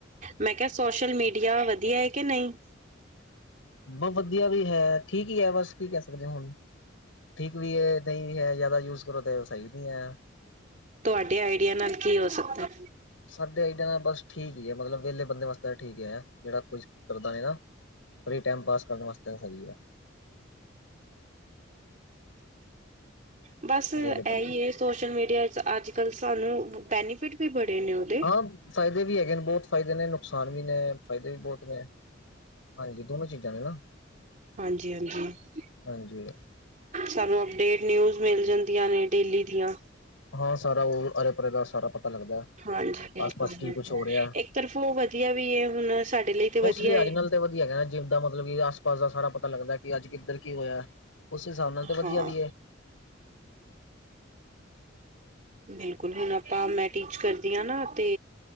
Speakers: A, on the right (about 40°); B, on the left (about 90°).
A: ਮੈਂ ਕਿਹਾ ਸੋਸ਼ਲ ਮੀਡੀਆ ਵਧੀਆ ਹੈ ਕਿ ਨਹੀਂ
B: ਬਹੁਤ ਵਧੀਆ ਵੀ ਹੈ, ਠੀਕ ਹੀ ਹੈ, ਬਸ ਕੀ ਕਹਿ ਸਕਦੇ ਹੁਣ ਠੀਕ ਵੀ ਹੈ ਨਹੀਂ ਵੀ ਹੈ ਜ਼ਿਆਦਾ ਯੂਜ ਕਰੋ ਤੇ ਸਹੀ ਨੀ ਹੈ
A: ਤੁਹਾਡੇ ਆਈਡੀਆ ਨਾਲ ਕੀ ਹੋ ਸਕਦਾ?
B: ਸਾਡੇ ਇਡਾ ਦਾ ਬਸ ਠੀਕ ਹੀ ਆ, ਮਤਲਬ ਵਿਹਲੇ ਬੰਦੇ ਵਾਸਤੇ ਠੀਕ ਆ ਜਿਹੜਾ ਕੁਝ ਕਰਦਾ ਨੀ ਨਾ ਫਰੀ ਟਾਈਮ ਪਾਸ ਕਰਨ ਵਾਸਤੇ ਸਹੀ ਹੈ,
A: ਬਸ ਇਹੀ
B: ਵਿਹਲੇ ਬੰਦੇ
A: ਹੈ ਸੋਸ਼ਲ ਮੀਡੀਆ ਚ' ਅੱਜ ਕੱਲ੍ਹ ਸਾਨੂੰ ਬੈਨੀਫਿਟ ਵੀ ਬੜੇ ਨੇ ਉਹਦੇ
B: ਹਾਂ ਫਾਇਦੇ ਵੀ ਹੈਗੇ ਨੇ ਬਹੁਤ ਫ਼ਾਇਦੇ ਨੇ ਨੁਕਸਾਨ ਵੀ ਨੇ, ਫ਼ਾਇਦੇ ਵੀ ਬਹੁਤ ਨੇ ਹਾਂਜੀ ਦੋਨੋ ਚੀਜ਼ਾਂ ਨੇ ਨਾ
A: ਹਾਂਜੀ-ਹਾਂਜੀ,
B: ਹਾਂਜੀ
A: ਸਾਨੂੰ ਅਪਡੇਟ ਨਿਊਜ਼ ਮਿਲ ਜਾਂਦੀਆਂ ਨੇ ਡੇਲੀ ਦੀਆਂ
B: ਹਾਂ ਸਾਰਾ ਉਹ ਉਰੇ ਪਰੇ ਦਾ ਸਾਰਾ ਪਤਾ ਲੱਗਦਾ,
A: ਹਾਂਜੀ ਬਿਲਕੁਲ,
B: ਆਸ ਪਾਸ ਕੀ
A: ਬਿਲਕੁਲ
B: ਕੁਛ ਹੋ ਰਿਹਾ
A: ਇੱਕ ਤਰਫੋ ਉਹ ਵਧੀਆ ਵੀ ਹੈ ਹੁਣ ਸਾਡੇ ਲਈ ਤੇ ਵਧੀਆ
B: ਲਈ
A: ਏ।
B: ਅੱਜ ਨਾਲ ਤੇ ਵਧੀਆ ਹੈਗਾ ਨਾ ਜੀਵ ਦਾ ਮਤਲਬ ਪਾਸ ਦਾ ਸਾਰਾ ਪਤਾ ਲੱਗਦਾ ਕਿ ਅੱਜ ਕਿੱਧਰ ਕੀ ਹੋਇਆ ਉਸ ਹਿਸਾਬ ਨਾਲ ਤੇ ਵਧੀਆ
A: ਹਾਂ,
B: ਵੀ ਹੈ।
A: ਬਿਲਕੁਲ ਹੁਣ ਆਪਾਂ ਮੈਂ ਟੀਚ ਕਰਦੀ ਹਾਂ ਨਾ ਤੇ